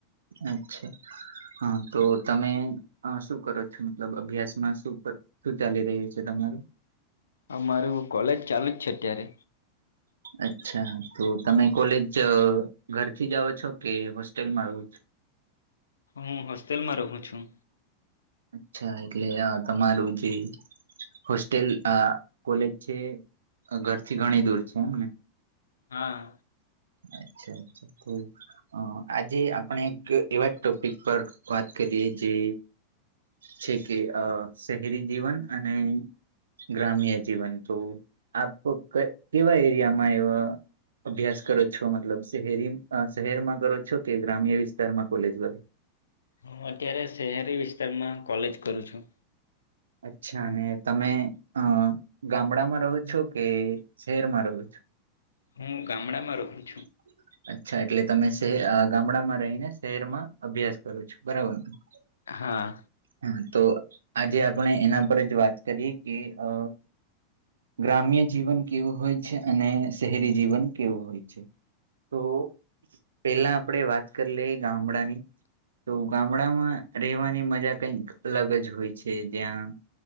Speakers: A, on the right; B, on the left.
A: અચ્છા હા તો તમે શું કરો છો મતલબ અભ્યાસમાં શું કર શું ચાલી રહ્યું છે તમારું
B: આ મારું કોલેજ ચાલુ જ છે અત્યારે
A: અચ્છા તો તમે કોલેજ ઘરથી જાઓ છો કે હોસ્ટેલમાં રહો છ
B: હું હોસ્ટેલમાં રહું છું
A: અચ્છા એટલે તમારું જે હોસ્ટેલ કોલેજ છે ઘરથી ઘણી દૂર છે એમ ને
B: હા
A: અચ્છા અચ્છા તો અ આજે આપણે એક એવા ટોપિક પર વાત કરીએ જે છે કે અ શહેરી જીવન અને ગ્રામ્ય જીવન તો આપ કેવા એરિયામાં એવા અભ્યાસ કરો છો મતલબ શહેરી શહેરમાં કરો છો કે ગ્રામ્ય વિસ્તારમાં કોલેજ કર
B: હું અત્યારે શહેરી વિસ્તારમાં કોલેજ કરું છું
A: અચ્છા અને તમે અ ગામડામાં રહો છો કે શહેરમાં રહો છો
B: હું ગામડામાં ર
A: <unintelligible> અચ્છા એટલે તમે ગામડામાં રહીને શહેરમાં અભ્યાસ કરો છો બરાબરને
B: હા
A: હા તો આજે આપણે એના પર જ વાત કરીએ કે અ ગ્રામ્ય જીવન કેવું હોય છે અને શહેરી જીવન કેવું હોય તો પેલા આપણેે વાત કરી લઈ ગામડાની તો ગામડામાં રહેવાની મજા કઈક અલગ જ હોય છે જ્યાં